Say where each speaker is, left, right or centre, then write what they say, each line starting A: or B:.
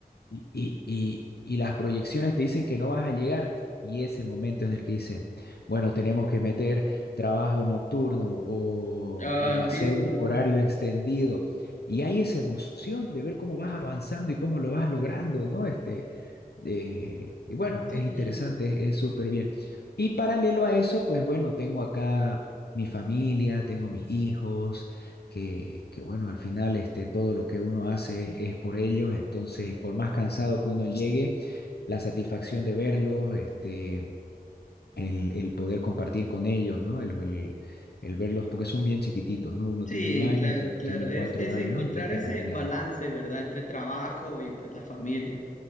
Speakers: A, on the left; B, on the left.
A: y, y, y- y las proyecciones te dicen que no vas a llegar. Y ese momento en el que dices, bueno, tenemos que meter trabajo nocturno o,
B: ah,
A: o
B: empieza.
A: hacer un horario extendido. Y hay esa emoción de ver cómo vas avanzando y cómo lo vas logrando, ¿no? Este, de- y bueno, es
B: Sí,
A: interesante, es súper bien. Y paralelo a eso, pues bueno, tengo acá mi familia, tengo mis hijos, que, que, bueno, al final este, todo lo que uno hace es, es por ellos, entonces por más cansado que uno llegue, la satisfacción de verlos, este, el, el poder compartir con ellos, ¿no? El, el, el, verlos, porque son bien chiquititos, ¿no? Uno
B: sí,
A: tiene un año
B: claro,
A: y el otro
B: claro.
A: tiene
B: Es,
A: cuatro
B: es
A: años,
B: encontrar
A: ya te
B: ese
A: imaginarás.
B: balance, ¿verdad? Entre trabajo y pues la familia.